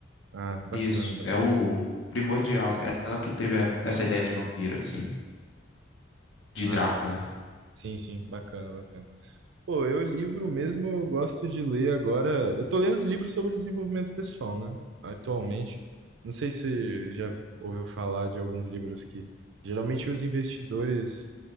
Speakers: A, on the right; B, on the left.
A: Ah, bacana,
B: Isso, é o primordial, né? Ela que teve a- essa ideia de vampiro, assim, de
A: bacana.
B: Drácula, né?
A: Sim, sim, bacana, bacana. Pô, eu livro mesmo, eu gosto de ler agora. Eu tô lendo os livros sobre desenvolvimento pessoal, né? Atualmente. Não sei se já vi- ouviu falar de alguns livros que geralmente os investidores